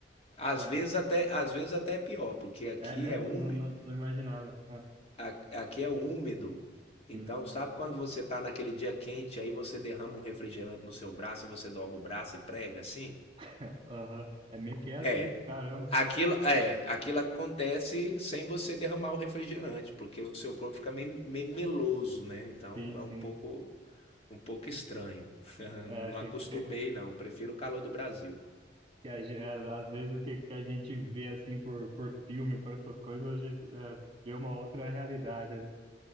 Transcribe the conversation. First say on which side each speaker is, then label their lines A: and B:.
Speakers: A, on the left; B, on the right.
A: Às
B: É,
A: vezes até, às vezes até é pior, porque aqui
B: é mesmo?
A: é úmido,
B: Não, não, não imaginava. Ah,
A: a- aqui é úmido. Então,
B: sim.
A: sabe quando você tá naquele dia quente, aí você derrama um refrigerante no seu braço e você dobra o braço e prega assim?
B: <laughs> Aham. É meio que essa
A: É,
B: aí? Caramba.
A: aquilo é, aquilo acontece sem você derramar o refrigerante, porque o seu corpo fica meio, meio meloso, né? Então
B: Sim,
A: é
B: sim.
A: um pouco um pouco estranho. <laughs>
B: É,
A: Não
B: que,
A: acostumei,
B: que,
A: não. Prefiro o calor do Brasil.
B: que a, ge- às às vezes o que, que a gente vê assim por, por filme, por essas coisas, a gente é, vê uma outra realidade, né?